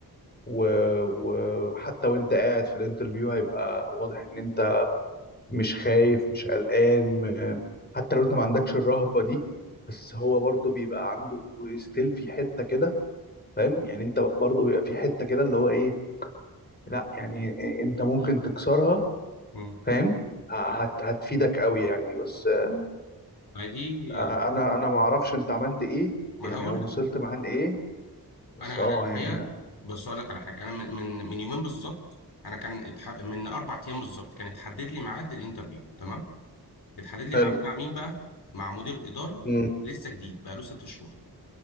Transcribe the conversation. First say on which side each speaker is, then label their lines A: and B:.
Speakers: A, on the left; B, on the left.
A: و- وحتى وانت قاعد في الانترفيو هيبقى واضح ان انت مش خايف مش قلقان م- حتى لو انت ما عندكش الرهبة دي بس هو برضه بيبقى عنده ستيل في حتة كده فاهم يعني انت برضه بيبقى في حتة كده اللي هو ايه لا يعني انت ممكن تكسرها
B: مم.
A: فاهم ه- هت هتفيدك قوي يعني بس آه،
B: فدي
A: آه، انا انا ما اعرفش انت عملت ايه
B: ما
A: يعني
B: انا هقول
A: او
B: لك
A: وصلت معاه لايه بس
B: انا
A: اه
B: انا الحقيقه
A: يعني
B: بس اقول لك على حاجه انا من من من يومين بالظبط انا كان اتح... من اربع ايام بالظبط كان اتحدد لي ميعاد الانترفيو تمام اتحدد لي
A: حلو
B: ميعاد مع مين بقى مع مدير اداره
A: مم.
B: لسه جديد بقى له ست شهور